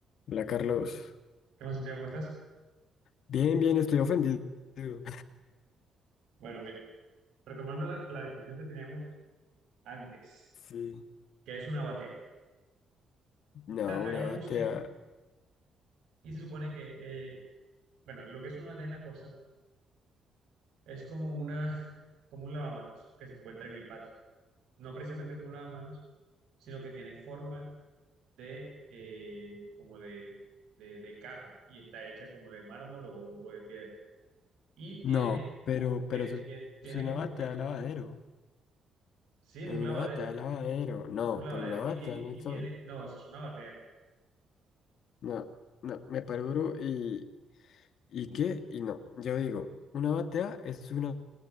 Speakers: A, on the left (about 65°); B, on the right (about 80°).
A: Hola Carlos.
B: ¿Qué más, Santiago? ¿Cómo estás?
A: Bien, bien, estoy ofendido. <laughs>
B: Bueno, mira, retomando la, la discusión que teníamos antes,
A: Sí.
B: que es una batea.
A: No,
B: Acá
A: una
B: ya
A: batea.
B: busqué y se supone que, eh, bueno, lo que es una batea en la cosa es como una, como un lavamanos que se encuentra en el patio. No precisamente como un lavamanos, sino que tiene forma de, eh, como de, de, de caja y está hecha como de mármol o, o de piedra. Y tiene
A: No, pero,
B: como,
A: pero
B: tie-
A: eso
B: tie- tiene
A: es una
B: como
A: batea
B: que una,
A: de lavadero.
B: sí, es
A: Es
B: un
A: una
B: lavadero,
A: batea de lavadero. No,
B: un lavadero.
A: pero una batea
B: Y, tie- y
A: no hizo.
B: y tiene, no, eso es una batea
A: No, no, me paro duro y. ¿Y qué? Y no. Yo digo, una batea es una.